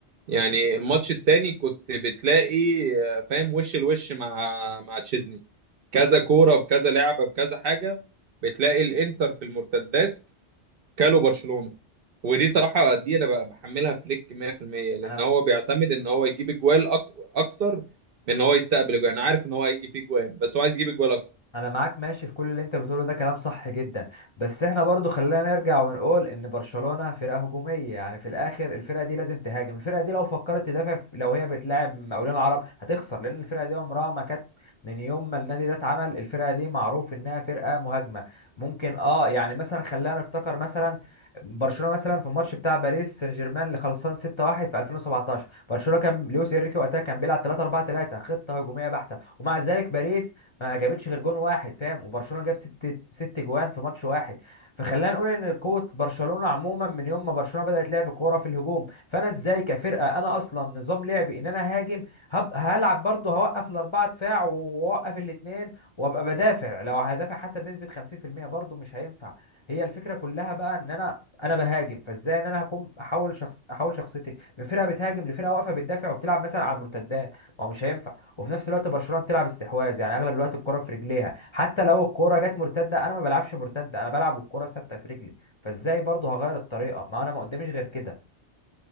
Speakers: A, on the right; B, on the left.
A: يعني الماتش التاني كنت بتلاقي آه، فاهم وش الوش مع مع تشيزني كذا كوره بكذا لعبه بكذا حاجه بتلاقي الانتر في المرتدات كالو برشلونة ودي صراحة دي انا بقى بحملها فليك 100% لان
B: انا
A: هو بيعتمد ان هو يجيب اجوال أك- اكتر من ان هو يستقبل اجوال انا عارف ان هو هيجي فيه اجوال بس هو عايز يجيب اجوال اكتر
B: انا معاك ماشي في كل اللي انت بتقوله ده كلام صح جدا بس احنا برضو خلينا نرجع ونقول ان برشلونة فرقة هجومية يعني في الاخر الفرقة دي لازم تهاجم الفرقة دي لو فكرت تدافع في- لو هي بتلاعب مقاولين العرب هتخسر لان الفرقة دي عمرها ما كانت من يوم ما النادي ده اتعمل الفرقة دي معروف انها فرقة مهاجمة ممكن اه يعني مثلا خلينا نفتكر مثلا برشلونة مثلا في الماتش بتاع باريس سان جيرمان اللي خلصان 6-1 في 2017 برشلونة كان لويس انريكي وقتها كان بيلعب 3 4 3 خطة هجومية بحتة ومع ذلك باريس ما جابتش غير جون واحد فاهم وبرشلونه جاب ست ست جوان في ماتش واحد فخلينا نقول ان قوه برشلونه عموما من يوم ما برشلونه بدات لعب كوره في الهجوم فانا ازاي كفرقه انا اصلا نظام لعبي ان انا هاجم هب... هلعب برضه هوقف الاربعه دفاع واوقف الاثنين وابقى بدافع لو هدافع حتى بنسبه 50% برضه مش هينفع هي الفكره كلها بقى ان انا انا بهاجم فازاي ان انا هكون احول شخص احول شخصيتي من فرقه بتهاجم لفرقه واقفه بتدافع وبتلعب مثلا على المرتدات ما هو مش هينفع وفي نفس الوقت برشلونه بتلعب استحواذ يعني اغلب الوقت الكره في رجليها حتى لو الكره جت مرتده انا ما بلعبش مرتده انا بلعب الكره ثابته في رجلي فازاي برضه هغير الطريقه ما انا ما قداميش غير كده